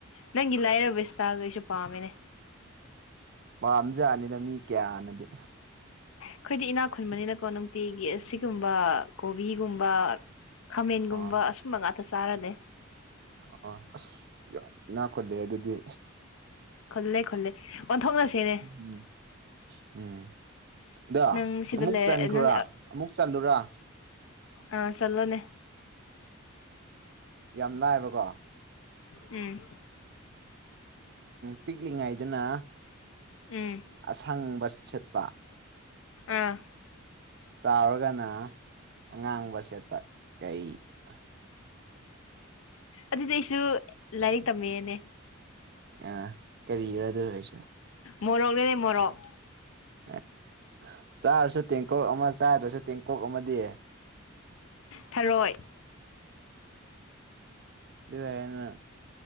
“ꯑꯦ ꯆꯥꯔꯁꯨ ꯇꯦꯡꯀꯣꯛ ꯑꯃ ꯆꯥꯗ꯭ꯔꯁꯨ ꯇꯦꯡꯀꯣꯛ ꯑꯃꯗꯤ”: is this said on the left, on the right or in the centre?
Right